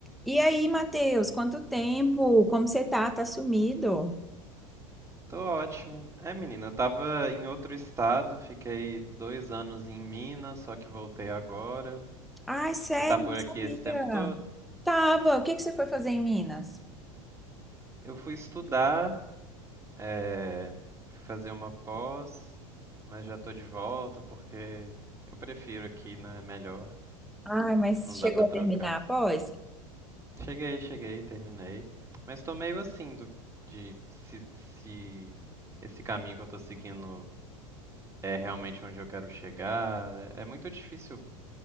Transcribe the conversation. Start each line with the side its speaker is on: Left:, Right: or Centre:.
Centre: E aí, Matheus, quanto tempo? Como você tá? Tá sumido?
Right: Tô ótimo. É, menina, eu tava em outro estado, fiquei dois anos em Minas, só que voltei agora.
Centre: Ai, sério,
Right: Você tá por
Centre: não
Right: aqui
Centre: sabia.
Right: esse tempo todo?
Centre: Tava. O que que você foi fazer em Minas?
Right: Eu fui estudar, é, fui fazer uma pós, mas já tô de volta porque eu prefiro aqui, né? é Melhor,
Centre: Ai, mas
Right: não
Centre: chegou
Right: dá pra trocar.
Centre: a terminar após?
Right: Cheguei, cheguei, terminei. Mas tô meio assim do, de se, se esse caminho que eu tô seguindo é realmente onde eu quero chegar. É muito difícil